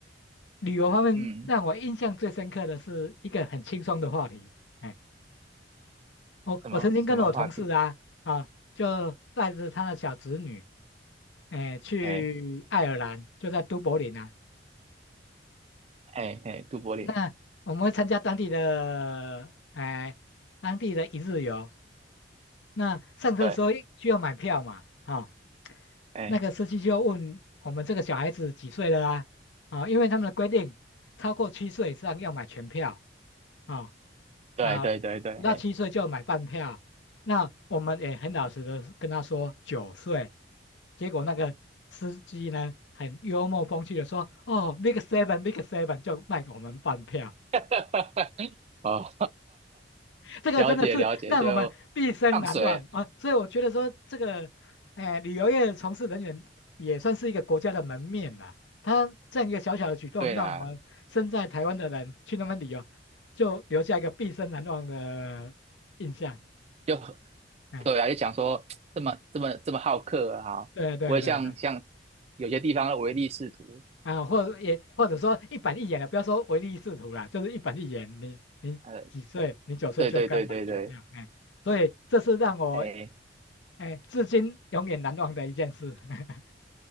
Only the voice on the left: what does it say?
旅游方面，
让我印象最深刻的是一个很轻松的话题。哎，我我曾经跟我同事啊啊，
就带着他的小侄女，哎，去爱尔兰，
就在都柏林啊。
那我们会参加当地的哎当地的一日游，那上车的时候需要买票嘛？
啊、
那个司机就问我们这个小孩子几岁了啦，啊、因为他们的规定，超过七岁以上要买全票啊
啊、不到七岁就要买半票。
那我们也很老实的跟他说九岁，结果那个司机呢很幽默风趣的说：“哦，big seven，big seven 就卖给我们半票。”
这个真的是让我们毕生难忘啊！
所以我觉得说，这个，呃，旅游业从事人员也算是一个国家的门面啦。他这样一个小小的举动，
让我们身在台湾的人去那边旅游，就留下一个毕生难忘的印象。
哎，
哎对对对对，
啊，或也或者说一板一眼的，不要说唯利是图啦，就是一板一眼。你你几岁？
你九岁就要该买全票，
哎，所以这是让我
哎至今永远难忘的一件事。<laughs>